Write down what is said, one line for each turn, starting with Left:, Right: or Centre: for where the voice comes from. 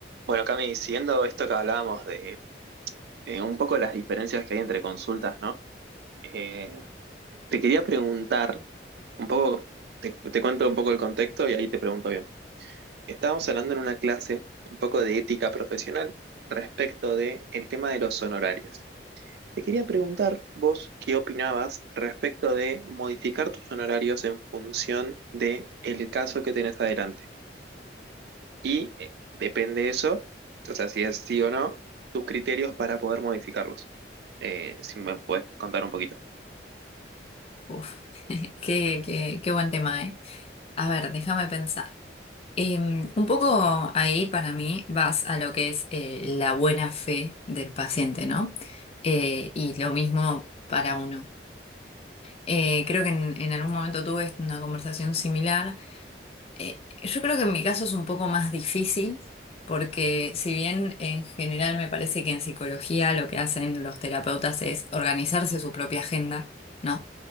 Right: Bueno, Cami, siguiendo esto que hablábamos de eh, un poco las diferencias que hay entre consultas, ¿no? Eh, te quería preguntar, un poco, te, te cuento un poco el contexto y ahí te pregunto bien. Estábamos hablando en una clase un poco de ética profesional respecto de el tema de los honorarios. Te quería preguntar vos qué opinabas respecto de modificar tus honorarios en función de el caso que tenés adelante. Y eh, depende de eso, o sea, si es sí o no, tus criterios para poder modificarlos. Eh, si me puedes contar un poquito.
Left: Uf, <laughs> qué, qué, qué buen tema, ¿eh? A ver, déjame pensar. Em, un poco ahí para mí vas a lo que es eh, la buena fe del paciente, ¿no? Eh, y lo mismo para uno. Eh, creo que en, en algún momento tuve una conversación similar. Eh, yo creo que en mi caso es un poco más difícil porque si bien en general me parece que en psicología lo que hacen los terapeutas es organizarse su propia agenda, ¿no?